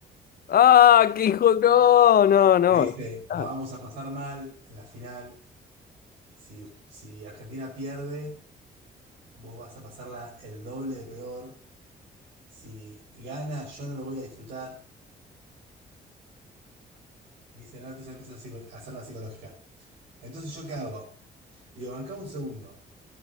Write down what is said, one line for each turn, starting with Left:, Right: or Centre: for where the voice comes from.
Left: ¡Ah, qué hijo! No, no, no.
Right: Me dice,
Left: Ah.
Right: la vamos a pasar mal en la final. Si, us- si Argentina pierde, vos vas a pasarla el doble de peor. Si gana, yo no lo voy a disfrutar. Me Dice, no, entonces empieza a, psico- a hacer la psicológica. Entonces, ¿yo qué hago? Digo, bancame un segundo.